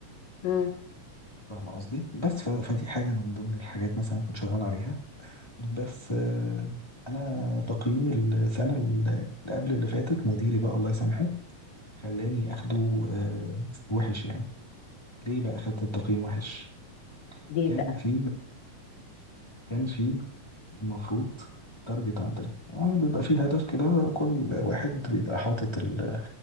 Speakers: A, on the left; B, on the left.
A: مم.
B: فاهم قصدي بس ف- فدي حاجه من ضمن الحاجات مثلا كنت شغال عليها بس آه، انا تقييمي السنه اللي قبل اللي فاتت مديري بقى الله يسامحه خلاني اخده آه، وحش يعني ليه بقى خدت التقييم وحش
A: ليه
B: كان
A: بقى
B: في كان في المفروض تارجت عندنا آه بيبقى في هدف كده كل واحد بيبقى حاطط ال-